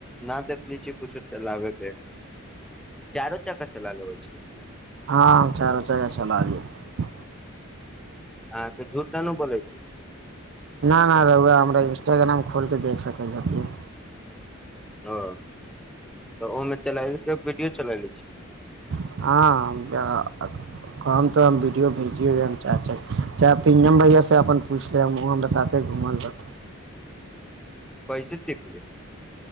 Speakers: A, in the centre; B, on the right.
A: ना देखले छी कुछो चलाबे के चारो चकका चला लबै छी
B: हँ हम चारो चक्का चला लेत
A: अहाँके झूठ न न बोलै छी
B: ना ना रौआ हमरा इन्स्टाग्राम खोलिके देख सकै छथिन
A: हँ तऽ ओहिमे चला लैक वीडियो चललै छी
B: हँ-अ -कहब तऽ हम वीडियो भेजियौ देब हम चाह- च-चाहे पिंजम भैया से अपन पुछि लेब ओ हमरा साथे घूमल रहथिन
A: कैसे सीखली